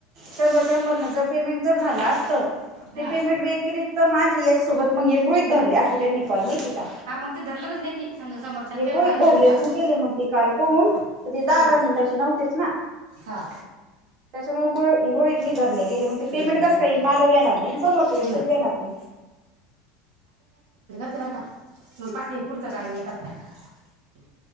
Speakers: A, on the right (about 50°); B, on the right (about 85°).
A: शंभर शंभर न् जर पेमेंट जर झाला ते
B: हां
A: पेमेंट व्यतिरिक्त माझं याच्या सोबत मग एक गृहीत धरलं गृहित धरलय असं त्यांनी कॉल महिते का
B: हां मग ते धरलं तर त्यांनी समजा समोरच्याला
A: ये
B: केलं
A: गृहीत
B: तर ऐंशी
A: धरलेच
B: रुपये असं
A: नाही गेले मग ते काल कॉल तर ते दहा
B: हां
A: दहा मिनिटाची नव्हतेच ना
B: हां
A: त्यामुळं गुळ गृहीत नही धरले गेले मग ते पेमेंट
B: हं,
A: कस
B: बरोबर
A: काय येईन मला बी येणार नाई समोरच्या व्यक्तीला
B: नाही
A: बी येणार नई
B: ते बर का मंग पाती पुढचा कार्य घेता की काय?